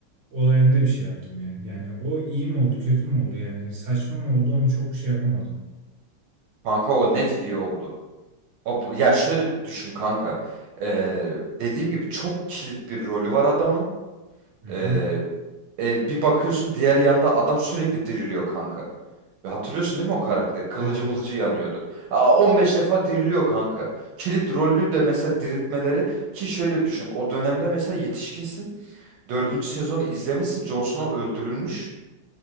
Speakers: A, on the right (about 45°); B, on the right (about 75°).
A: olayında bir şey yaptım ya. Yani o iyi mi oldu, kötü mü oldu? Yani saçma mı oldu? Onu çok şey yapamadım.
B: Kanka o net iyi oldu. O, ya şöyle düşün kanka. Ee, dediğim gibi çok kilit bir rolü var adamın.
A: Hı
B: Ee,
A: hı.
B: e, bir bakıyorsun diğer yanda adam sürekli diriliyor kanka. Ve hatırlıyorsun değil mi o karakteri? Kılıcı
A: Evet evet.
B: mılıcı yanıyordu. Aa, 15 defa diriliyor kanka. Kilit rollü de mesela diriltmeleri ki şöyle düşün. O dönemde mesela yetişkinsin. Dördüncü sezonu izlemişsin. Jon Snow öldürülmüş.